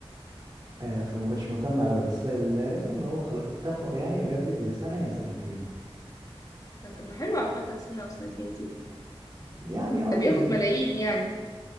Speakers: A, on the right; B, on the left.
A: آه، فما كنتش مهتم قوي بس اللي عرفت ان هو خلاص اتفقوا يعني يجدد يا سنة يا سنتين
B: طب ما حلو عامة سنة او سنتين
A: يعني اه
B: ده
A: بالنسبة
B: بياخد ملايين يعني